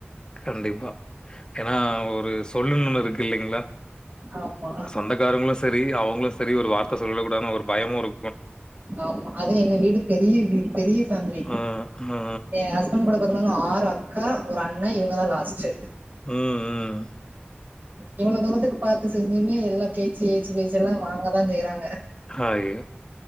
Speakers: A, on the left; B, on the right.
A: கண்டிப்பா ஏன்னா ஒரு சொல்லுன்னு ஒன்னு இருக்கில்லிங்களா
B: ஆமா
A: சொந்தக்காரங்களு சரி அவங்களு சரி ஒரு வார்த்த சொல்லிட கூடாதுன்னு ஒரு பயமு இரு
B: ஆமா அது எங்க வீடு பெரிய வீ பெரிய ஃபேமிலி
A: ஆ, ஆ, ஆ.
B: ஏ ஹஸ் பண்ட் கூட பெறந்தவங்க ஆறு அக்கா ஒரு அண்ணே இவங்கதா லாஸ்ட்டு
A: ம் ம்
B: இவ்ளோ தூரத்துக்கு பாத்து செஞ்சுமே எல்லா பேச்சு ஏச்சு பேச்செல்லா வாங்கதா செய்யறாங்க
A: ஹாய்